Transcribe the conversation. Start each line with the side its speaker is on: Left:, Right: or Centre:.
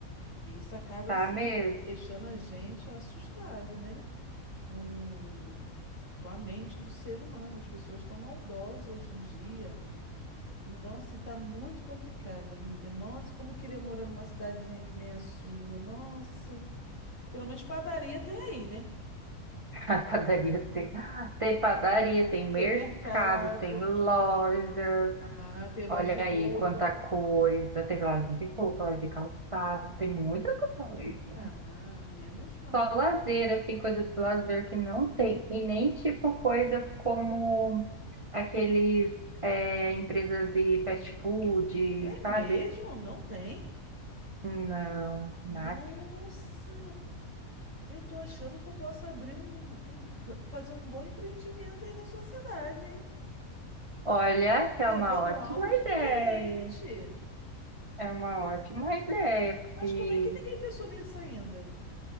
Left: E Isso acaba,
Right: Tá
Left: assim,
Right: mesmo.
Left: deixando a gente assustado, né? Com, com a mente do ser humano. As pessoas estão maldosas hoje em dia. Então, assim, tá muito complicado, amiga. Nossa, como eu queria morar numa cidadezinha que nem a sua. Nossa. Pelo menos padaria tem aí, né?
Right: <laughs> A padaria tem, tem padaria, tem mercado,
Left: Tem mercado.
Right: tem loja.
Left: Ah, tem loja
Right: Olha
Left: de roupa.
Right: aí quanta coisa. Tem loja de roupa, loja de calçado, tem muita coisa.
Left: Ah, menos mal,
Right: Só
Left: né?
Right: lazer, assim, coisa de lazer que não tem. E nem, tipo, coisas como aqueles, é, empresas de fast food,
Left: É
Right: sabe?
Left: mesmo? Não tem?
Right: Não,
Left: Nossa!
Right: nada.
Left: Eu tô achando que eu posso abrir um, um- fa- fazer um bom empreendimento aí na sua cidade, hein?
Right: Olha, que
Left: Levando
Right: é uma ótima
Left: algo
Right: ideia.
Left: diferente.
Right: É uma ótima ideia, porque...
Left: Mas como é que ninguém pensou nisso ainda?